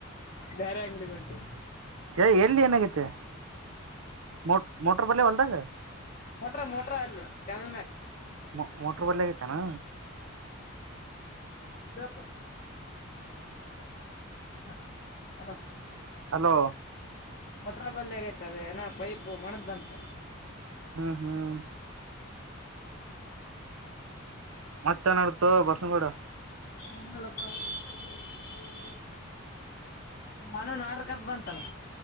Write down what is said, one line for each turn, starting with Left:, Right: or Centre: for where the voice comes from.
Left: ಬ್ಯಾರೆ ಅಂಗಡಿಗ್ ಹೊಂಟಿವಿ
Right: ಏ ಎಲ್ಲಿ ಏನಾಗೈತಿ ಮೋ ಮೋಟರ್ ಬಲ್ಲೇ ಹೊಲ್ ಏನ
Left: ಮೋಟ್ರಾ ಮೋಟ್ರಾ ಅಲ್ಲಿ ಕ್ಯಾಮಲ್ ಮ್ಯಾಲ
Right: ಮ ಮೊಟರ್ ಬಲ್ಲ ಆಗೈತೆನ
Left: ಬೇಕು ಹಾ ಹ
Right: ಹಲೋ
Left: ಮೀಟ್ರ ಬಲ್ ಆಗೈತೆ ಅದ ಏನ ಪೈಪ್ ಮಣದಂತ
Right: ಹ್ಮ್ ಹ್ಮ್ ಮತ್ತೆ ನಡ್ತ ಬಸನಗೂಡ
Left: ಅದ ಎಳಪ <unintelligible> ಹಣನ್ ಆರ್ ಕಪ್ ಬಂತಲ್ಲ